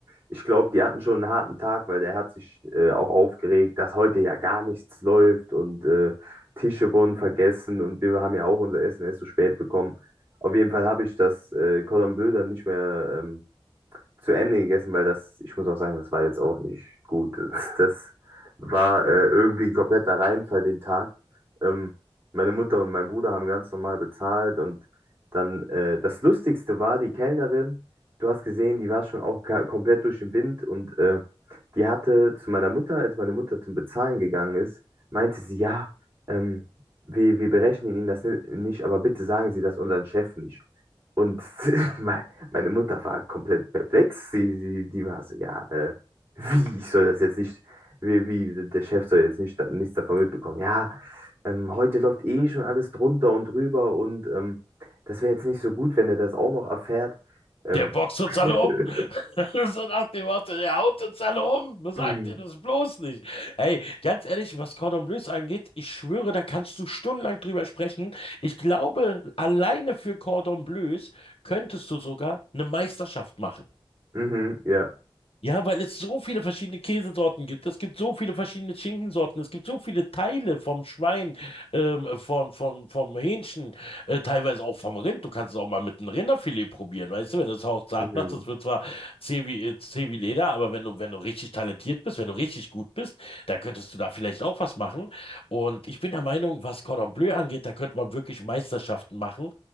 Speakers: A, on the right; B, on the left.
A: ich glaube, die hatten schon einen harten Tag, weil der hat sich äh, auch aufgeregt, dass heute ja gar nichts läuft und äh, Tische wurden vergessen und wir haben ja auch unser Essen erst so spät bekommen. Auf jeden Fall habe ich das äh, Cordon Bleu dann nicht mehr. Ähm, zu Ende gegessen, weil das, ich muss auch sagen, das war jetzt auch nicht gut. <laughs> Das, das war äh, irgendwie ein kompletter Reinfall den Tag. Ähm, meine Mutter und mein Bruder haben ganz normal bezahlt und dann äh, das Lustigste war, die Kellnerin, du hast gesehen, die war schon auch ka- komplett durch den Wind und äh, die hatte zu meiner Mutter, als meine Mutter zum Bezahlen gegangen ist, meinte sie, ja, ähm, wir, wir berechnen Ihnen das ni- nicht, aber bitte sagen Sie das unseren Chef nicht. Und <laughs> me- meine Mutter war komplett perplex. Sie, sie, die war so, ja, äh, wie, ich soll das jetzt nicht, wie, wie, der Chef soll jetzt nicht, nichts davon mitbekommen. Ja, ähm, heute läuft eh schon alles drunter und drüber und ähm, das wäre jetzt nicht so gut, wenn er das auch noch erfährt. Ähm.
B: Der boxt uns
A: <laughs>
B: alle um. <laughs> So nach dem Motto, der haut uns alle um. Sagt
A: Mhm,
B: ihr das bloß nicht. Ey, ganz ehrlich, was Cordon Bleus angeht, ich schwöre, da kannst du stundenlang drüber sprechen. Ich glaube, alleine für Cordon Bleus könntest du sogar eine Meisterschaft machen.
A: mhm, ja.
B: Ja, weil es so viele verschiedene Käsesorten gibt. Es gibt so viele verschiedene Schinkensorten. Es gibt so viele Teile vom Schwein, ähm, vom, vom, vom Hähnchen, äh, teilweise auch vom Rind. Du kannst es auch mal mit einem Rinderfilet probieren. Weißt du, wenn du es auch zart
A: Mhm.
B: machst, das wird zwar zäh wie, äh, zäh wie Leder, aber wenn du, wenn du richtig talentiert bist, wenn du richtig gut bist, dann könntest du da vielleicht auch was machen. Und ich bin der Meinung, was Cordon Bleu angeht, da könnte man wirklich Meisterschaften machen.